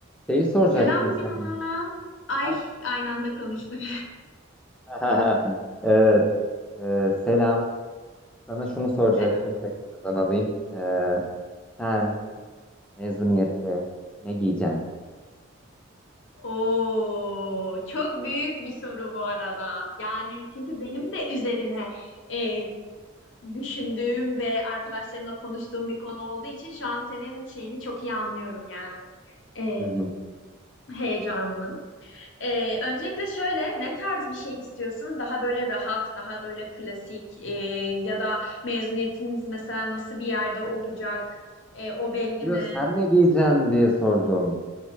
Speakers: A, in the centre; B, on the left (about 65°).
A: Şeyi soracaktım
B: Selam
A: sana.
B: ya. Ay
A: Ha,
B: aynı anda konuştuk.
A: <laughs> Evet. Ee, selam. Sana şunu
B: <laughs>
A: soracaktım
B: Selam.
A: tekrardan alayım. Ee, sen mezuniyette ne giyeceksin?
B: Oo, çok büyük bir soru bu arada. Yani çünkü benim de üzerine e, düşündüğüm ve arkadaşlarımla konuştuğum bir konu olduğu için şu an senin şeyini çok iyi anlıyorum yani. E,
A: Hı hı.
B: heyecanını. E, öncelikle şöyle ne tarz bir şey istiyorsun? Daha böyle rahat, daha böyle klasik e, ya da mezuniyetiniz mesela nasıl bir yerde olacak? E, o belli
A: Diyor
B: mi?
A: sen ne giyeceksin diye sordum.